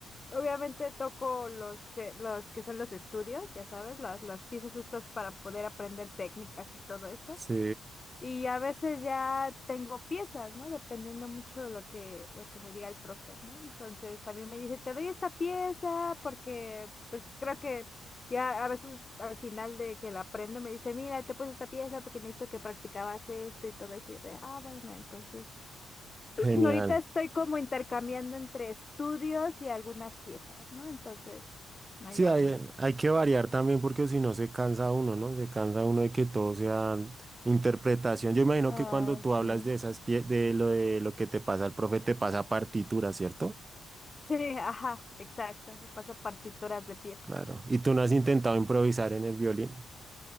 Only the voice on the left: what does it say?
obviamente toco los, eh, los que son los estudios, ya sabes, las, las piezas estas para poder aprender técnicas y todo eso.
Y a veces ya tengo piezas, ¿no? Dependiendo mucho de lo que, lo que me diga el profe, ¿no? Entonces también me dice, te doy esta pieza porque pues creo que ya a veces al final de que la aprendo me dice, mira, te puse esta pieza porque necesito que practicabas esto y todo eso. Y yo de, ah, bueno, entonces <clears throat>
ahorita estoy como intercambiando entre estudios y algunas piezas, ¿no? Entonces, ahí
ando.
Ah,
sí.
Sí, ajá, exacto. Me pasa partituras de piezas.